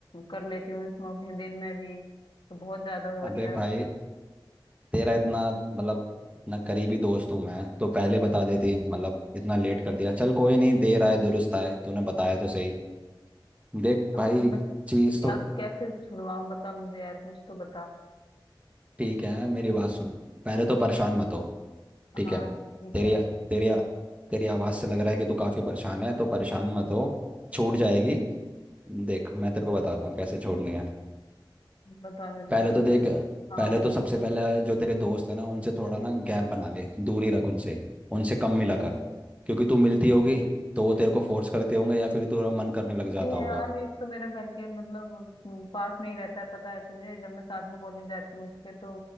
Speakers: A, on the left; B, on the right.
A: कर लेती हूँ स्मोकिंग दिन में भी तो बहुत ज्यादा हो रही
B: अबे
A: है अब
B: भाई तेरा इतना मतलब इतना करीबी दोस्त हूँ मैं तो पहले बता देती मतलब इतना लेट कर दिया चल कोई नहीं देर आए दुरुस्त आए तूने बताया तो सही देख
A: तो
B: भाई
A: मैं
B: चीज़
A: क्या
B: तो
A: कैसे छुड़वाऊँ बता मुझे यार कुछ तो बता
B: ठीक है मेरी बात सुन पहले तो परेशान मत हो ठीक
A: हाँ
B: है
A: ठीक
B: तेरी
A: है
B: तेरी तेरी आवाज़ से लग रहा है कि तू काफ़ी परेशान है तो परेशान मत हो छूट जाएगी देख मैं तेरे को बताता हूँ कैसे छोड़नी है
A: बता मेरे को
B: पहले
A: कुछ
B: तो देख
A: हाँ
B: पहले तो सबसे पहले जो तेरे दोस्त है ना उनसे थोड़ा ना गैप बना ले दूरी रख उनसे उनसे कम मिला कर क्योंकि तू मिलती होगी तो वो तेरे को फोर्स करते होंगे या फिर तेरा मन करने लग
A: मिलती
B: जाता
A: है
B: होगा
A: यार ये तो मेरा घर के मतलब हम्म, पास में ही रहता है पता है तुझे जब मैं साथ में कॉलेज जाती हूँ उसके तो